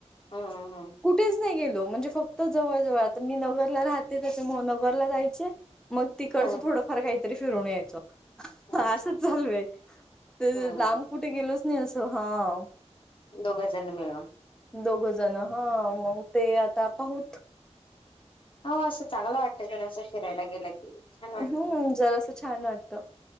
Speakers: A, on the left (about 45°); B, in the centre.
A: हम्म हम्म
B: कुठेच नाही गेलो म्हणजे फक् त जवळ-जवळ आता मी नगरला राहते त्याच्यामुळे नगरला जायचे मग तिकडचं
A: हम्म
B: थोडं फर काहीतरी फिरून यायच
A: अच्छा
B: असं चालू आहे तर
A: हम्म
B: लांब कुठे गेलोस नी असं हाव.
A: दोघं जणे मिळून.
B: दोघं जणं हा मंग ते आता पाहुत.
A: हा असं चांगला वाटतं जर असं फिरायला गेलं की. छान वाटते
B: हम्म जरासा छान वाटतं.